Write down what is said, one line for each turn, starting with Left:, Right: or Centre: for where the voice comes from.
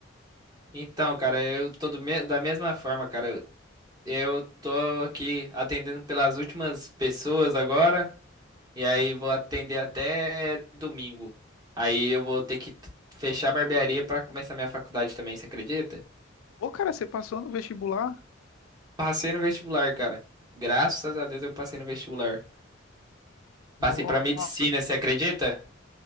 Right: Então, cara, eu tô do me- da mesma forma, cara. Eu tô aqui atendendo pelas últimas pessoas agora, e aí vou atender até domingo. Aí eu vou ter que t- fechar a barbearia pra começar minha faculdade também, você acredita?
Left: Ô, cara, você passou no vestibular?
Right: Passei no vestibular, cara. Graças a Deus eu passei no vestibular.
Left: Nossa,
Right: Passei pra medicina, você acredita?